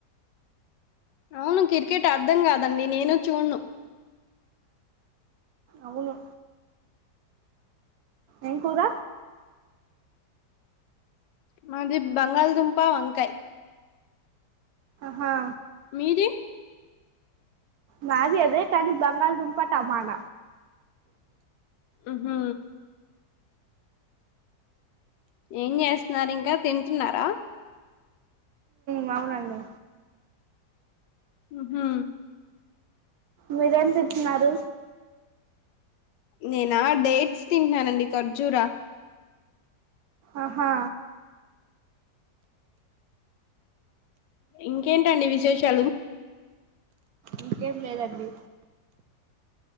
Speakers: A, on the left (about 85°); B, on the right (about 70°).
A: అవును క్రికెట్ అర్ధం కాదండి నేను చూడును
B: అవును ఏం కూర
A: మాది బంగాళదుంప వంకాయ్
B: హాహా
A: మీది
B: మాది అదే కానీ బంగాల దుంప మన
A: మ్ హు ఏం చేస్తున్నారు ఇంకా తింటున్నారా
B: మ్ అవునండి
A: మ్ హు
B: మీరేం తింటున్నారు
A: నేనా డేట్స్ తింటున్నానండి ఖర్జూరా
B: ఆహా
A: ఇంకేంటండి విశేషాలు
B: ఇంకేం లేదండి